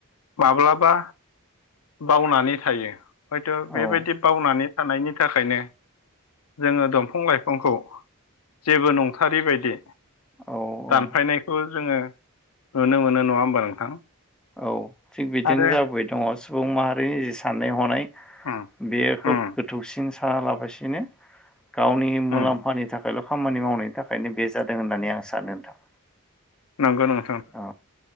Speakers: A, on the left; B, in the centre.
A: माब्लाबा बावनानै थायो हयथ'
B: औ
A: बेबायदि बावनानै थानायनि थाखायनो जोङो दंफां लाइफांखौ जेबो नंथारि बायदि
B: औ
A: दानफायनायखौ
B: औ
A: जोङो नुनो मोनो नङा होमबा नोंथां।
B: औ थिग बिदिनो
A: आरो
B: जाबोबाय दङ' सुबुं माहारिनि जि साननाय हनाय
A: उम
B: बेयो खोब
A: उम
B: गोथौसिन साना लाबासिनो गावनि मुलाम्फानि
A: उम
B: थाखायल' खामानि मावनायनि थाखायनो बे जादों होननानै आं सानो नोंथां
A: नंगौ नं
B: अ